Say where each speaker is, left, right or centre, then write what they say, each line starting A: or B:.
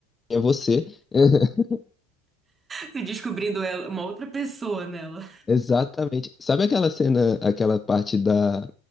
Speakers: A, on the left; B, on the right.
A: é você. <laughs>
B: Se descobrindo ela, uma outra pessoa nela.
A: Exatamente. Sabe aquela cena, aquela parte da